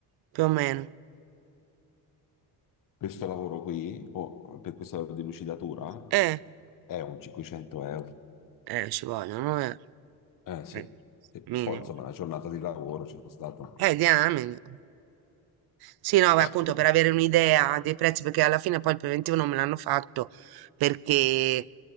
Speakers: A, on the right (about 75°); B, on the left (about 55°).
A: Più o meno.
B: questo lavoro qui, o per questo lavoro di lucidatura,
A: Eh,
B: è un 500 euro.
A: eh, ci vogliono, eh.
B: Eh sì,
A: Eh,
B: Sì.
A: Minimo.
B: Poi insomma una giornata di lavoro c'è stata.
A: Eh, diamine. Sì, no, beh,
B: <coughs>
A: appunto per avere un'idea dei prezzi, perché alla fine poi il preventivo non me l'hanno fatto perché